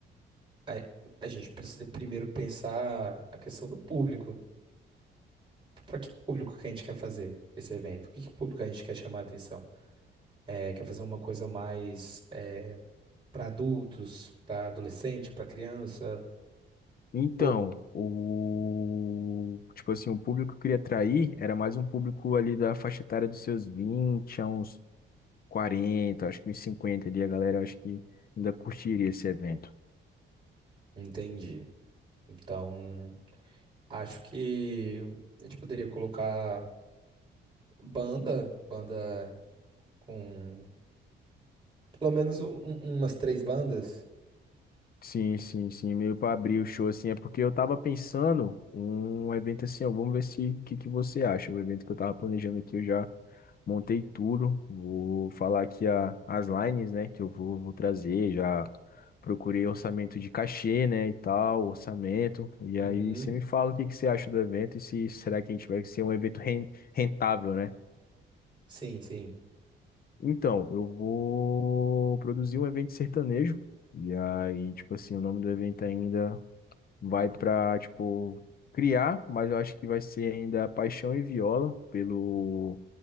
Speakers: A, on the right; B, on the left.
A: a, a gente precisa primeiro pensar a questão do público. Para que público que a gente quer fazer esse evento? Que, que público a gente quer chamar a atenção? É, quer fazer uma coisa mais para adultos, para adolescente, para criança?
B: Então,
A: Ou-
B: o tipo assim, o público que eu queria atrair era mais um público ali da faixa etária dos seus 20, a uns 40, acho que uns 50 ali, a galera acho que ainda curtiria esse evento.
A: entendi. Então, acho que a gente poderia colocar banda, banda. com Pelo menos um- um- umas três bandas?
B: Sim, sim, sim, meio para abrir o show, assim, é porque eu tava pensando um evento assim, ó, vamos ver se o que que você acha, o evento que eu tava planejando aqui, eu já montei tudo, vou falar aqui a, as lines, né, que eu vou, vou trazer, já procurei orçamento de cachê, né, e tal, orçamento, e
A: Uhum.
B: aí você me fala o que que você acha do evento e se será que a gente vai ser um evento ren- rentável, né?
A: Sim, sim.
B: Então, eu vou produzir um evento sertanejo, e aí, tipo assim, o nome do evento ainda vai pra, tipo, criar, mas eu acho que vai ser ainda Paixão e Viola, pelo